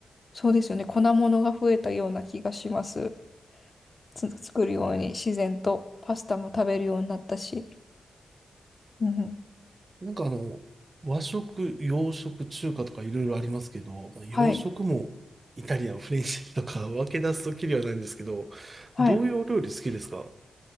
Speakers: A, on the left (about 40°); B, on the right (about 35°).
A: そうですよね。粉物が増えたような気がします。つ、作るように自然とパスタも食べるようになったし。うん。
B: なんかあの、和食、洋食、中華とかいろいろありますけど、まあ、洋食もイタリアン、
A: はい。
B: フレンチとか分け出すときりはないんですけど、
A: はい。
B: どういうお料理好きですか